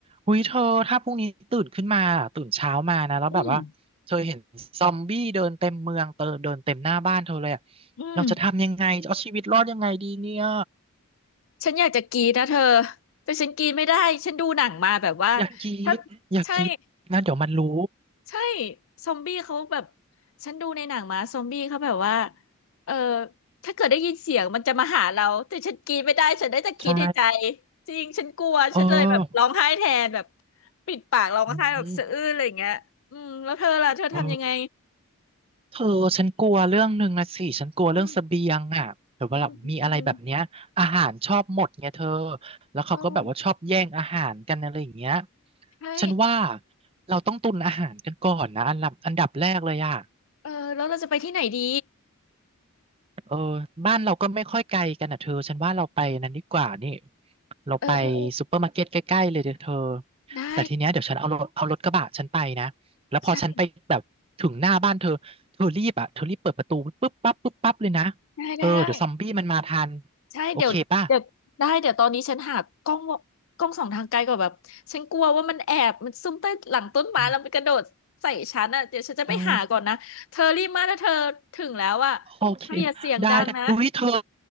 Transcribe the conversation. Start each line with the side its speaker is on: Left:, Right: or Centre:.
Right: หุยเธอถ้าพรุ่งนี้ตื่นขึ้นมาตื่นเช้ามานะแล้วแบบว่าเธอเห็นซอมบี้เดินเต็มเมืองเตอเดินเต็มหน้าบ้านเธอเลยอะ
Left: อืมอืม
Right: เราจะทำยังไงจะเอาชีวิตรอดยังไงดีเนี่ย
Left: ฉันอยากจะกรีดนะเธอแต่ฉันกรีดไม่ได้ฉันดูหนังมาแบบว่า
Right: อย่ากรีดอย่ากรีดนะเดี๋ยวมันรู้
Left: ถ้าใช่ใช่ซอมบี้เขาแบบฉันดูในหนังมาซอมบี้เขาแบบว่าเออถ้าเกิดได้ยินเสียงมันจะมาหาเราแต่ฉันกรีดไม่ได้ฉันได้แต่คิดในใจ
Right: ใช่
Left: จริงฉันกลัวฉันเลยแบบร้องไห้แทนแบบ
Right: เออ
Left: ปิดปากร้องไห้แบบสะอื้นอะไรอย่างเงี้ยอืมแล้วเธอล่ะเธอทำยังไง
Right: อืมเออ เธอฉันกลัวเรื่องหนึ่งนะสิฉันกลัวเรื่องเสบียงอ่ะแต่ว่าแบบมีอะไรแบบเนี้ยอาหารชอบหมดไงเธอ
Left: อืมอืมอืมอืม
Right: แล้วเขาก็แบบว่าชอบแย่งอาหารกันอะไรอย่างเงี้ย
Left: เออใช่
Right: ฉันว่าเราต้องตุนอาหารกันก่อนนะอันดับอันดับแรกเลยอ่ะ
Left: เออแล้วเราจะไปที่ไหนดี
Right: เออบ้านเราก็ไม่ค่อยไกลกันอ่ะเธอฉันว่าเราไปนั้นดีกว่านี่เราไป
Left: เออเออ
Right: ซูเปอร์มาร์เก็ตใกล้ๆเลยเด้อเธอ
Left: ได้
Right: แต่ทีเนี้ยเดี๋ยวฉันเอารถเอารถกระบะฉันไปนะแล้วพอฉันไปแบบถึงหน้าบ้านเธอเธอรีบอ่ะเธอรีบเปิดประตูปุ๊บปั๊บปุ๊บปั๊บเลยนะ
Left: ใช่ได้ได้ได้
Right: เออเดี๋ยวซอมบี้มันมาทัน
Left: ใช่เดี๋ยวเดี๋ยวได้เดี๋ยวตอนนี้ฉันหากล้องวกล้องส่องทางไกลก่อนแบบฉันกลัวว่ามันแอบมันซุ่มใต้หลังต้นไม้แล้วมันกระโดดใส่ฉันอ่ะเดี๋ยวฉันจะไปหาก่อนนะเธอรีบมาถ้าเธอถึงแล้วอ่ะเธออย่าเสียงดังนะ
Right: โอเคป่ะอเอ้ยโอเคได้ได้เฮ้ยเธอ